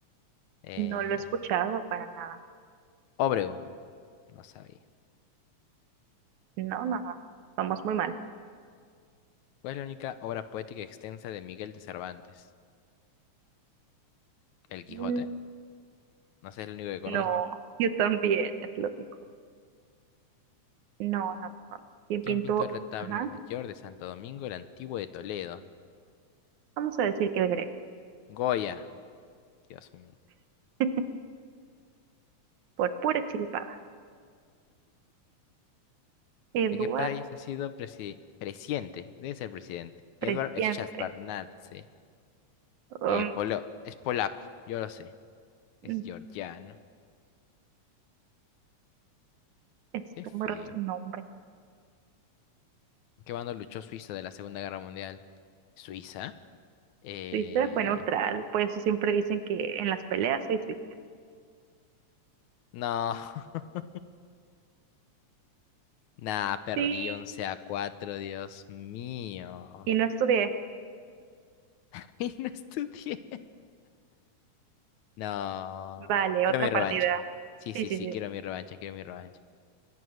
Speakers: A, on the left; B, on the right.
A: Eh,
B: No lo he escuchado para nada.
A: Obregón, no sabía.
B: No, no, no. Vamos muy mal.
A: ¿Cuál es la única obra poética extensa de Miguel de Cervantes? El Quijote,
B: Mm,
A: no sé, es el único que conozco.
B: No, <laughs> yo también, es lo único. No, no, no, no. ¿Quién
A: ¿Quién
B: pintó?
A: pintó el retablo
B: Ajá.
A: mayor de Santo Domingo el Antiguo de Toledo?
B: Vamos a decir que el Greco.
A: Goya, Dios mío.
B: <laughs> Por pura chiripada. Eduard
A: ¿De qué país ha sido presi- presidente? Debe ser presidente.
B: Presiente.
A: Edward Szewczarnadze.
B: Um,
A: Eh, polo- es polaco, yo lo sé. Es
B: mm,
A: georgiano.
B: está
A: Qué feo.
B: muy raro su nombre.
A: ¿Qué bando luchó Suiza de la Segunda Guerra Mundial? ¿Suiza? Eh...
B: Suiza fue neutral, por eso siempre dicen que en las peleas hay suizo.
A: No. <laughs> Nah, perdí
B: Sí.
A: 11 a 4, Dios mío.
B: Y no estudié.
A: <laughs> Y no estudié. No.
B: Vale,
A: Quiero
B: otra
A: mi revancha.
B: partida.
A: Sí,
B: Sí,
A: sí,
B: sí,
A: sí,
B: sí.
A: quiero mi revancha, quiero mi revancha.